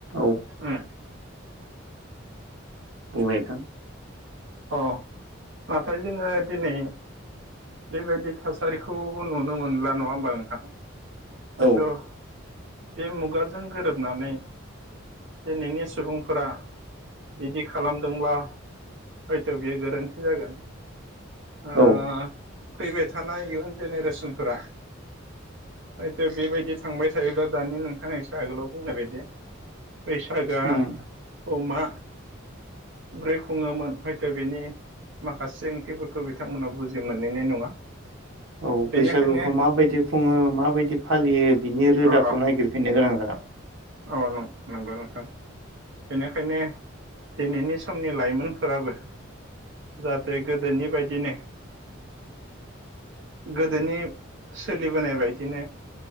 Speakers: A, on the right; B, on the right.
A: औ
B: उम
A: <unintelligible>
B: अ नाथाय जोङो दिनै बेबायदि थासारिखौ नुनो मोनला नङा होमबा नोंथां हयथ'
A: औ
B: बे मुगाजों गोरोबनानै दिनैनि सुबुंफोरा बिदि खालामदोंब्ला हयथ' बेयो गोरोन्थि जागोन ओ
A: औ
B: फैबाय थानाय इयुन जेनेरेसनफोरा हयथ' बेबायदि थांबाय थायोब्ला दानि नोंथांआ एसो आगोलाव बुंनाय बायदि बैसागोआ
A: उम
B: अमा ब्रै खुङोमोन। हयथ' बेनि माखासे ओंथिफोरखौ बिथांमोना बुजि मोनहैनाय नङा
A: औ
B: बेनिखायनो
A: बैसागुखौ माबायदि खुङो माबायदि फालियो बिनि रोदाखौ
B: अ अ
A: नायगिरफिननो गोनां जागोन
B: औ नं नोंगौ नोंथां बेनिखायनो दिनैनि समनि लाइमोनफोराबो जाहाथे गोदोनि बायदिनो गोदोनि सोलिबोनाय बायदिनो